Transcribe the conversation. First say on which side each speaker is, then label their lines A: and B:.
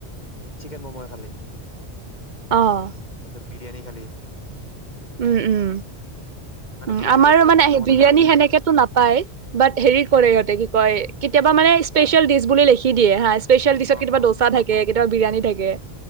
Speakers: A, on the left; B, on the right.
A: চিকেন মমো খালি।
B: আহ
A: নহ'লে বিৰিয়ানী খালী
B: উম উম
A: মানে
B: উ
A: বিৰিয়ানী
B: আমাৰো
A: বহুত
B: মানে
A: কম দামতে
B: বিৰিয়ানী
A: পাই যায়
B: সেনেকেতো নাপায় বাট হেৰি
A: উম
B: কৰে ইহঁতে কি কয় কেতিয়াবা মানে স্পেচিয়েল ডিছ বুলি লিখি দিয়ে ৰহা ইছপিছিল
A: অ
B: কিবা
A: অ
B: ধোচা থাকে কেতিয়াবা বিৰিয়ানী থাকে